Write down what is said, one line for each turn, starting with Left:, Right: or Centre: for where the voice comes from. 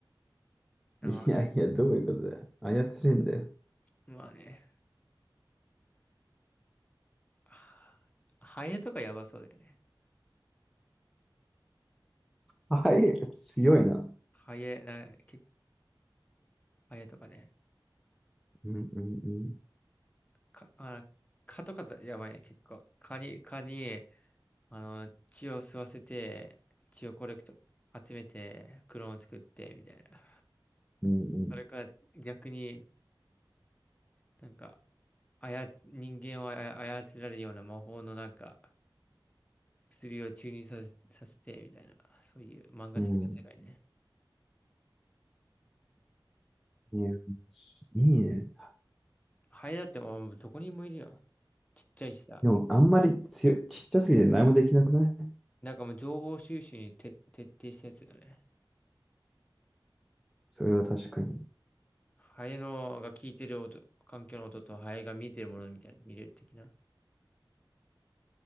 Left: なんか
Centre: いやいや、どういうことだよ。操れんだよ。
Left: まあね、はハエとかやばそうだよね。
Centre: はい、強いな。
Left: ハエ、な、結構ハエとかね。
Centre: うんうんうん。
Left: か、あ、蚊とかだやばいね、結構。蚊に、蚊に、あの、血を吸わせて、血をコレクト、集めて、クローン作って、みたいな。
Centre: うん
Left: それから逆になんか、あや、人間をあや操られるような魔法のなんか、薬を注入させ、させて、みたいな、そういう漫画的な世界ね。
Centre: うん。うん。いや、いいね。
Left: ハエだってもうどこにもいるよ。ちっちゃいしさ。
Centre: でも、あんまり強い、ちっちゃすぎて何もできなくない
Left: なんかもう情報収集にて徹底したやつだよね。
Centre: それは確かに。
Left: ハエのが聞いてる音、環境の音とハエが見てるものみたいな、見れる的な。